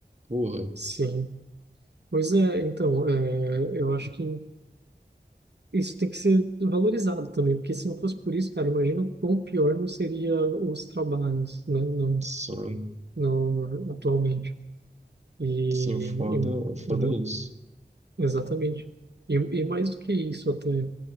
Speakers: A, on the right; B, on the right.
A: Porra.
B: Sim. Pois é, então, é, eu acho que isso tem que ser valorizado também, porque se não fosse por isso, cara, imagina o quão pior não seria os trabalhos, né, no,
A: Sim.
B: no, atualmente. E,
A: Sim, o foda,
B: e
A: o foda
B: uhum,
A: é isso.
B: exatamente. E, e mais do que isso até,